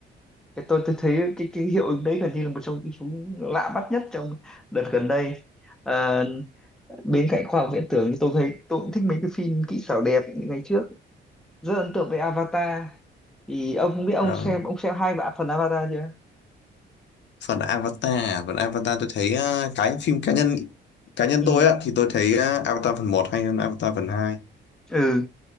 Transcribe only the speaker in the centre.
cái tôi tôi thấy cái cái hiệu ứng đấy gần như là một trong những chúng lạ bắt nhất trong đợt gần đây Ờ, bên cạnh khoa học viễn tưởng thì tôi thấy tôi cũng thích mấy cái phim kỹ xảo đẹp những ngày trước rất ấn tượng với Avatar thì ông không biết ông
xem ông xem hai vạn phần Avatar chưa
ừ
ừ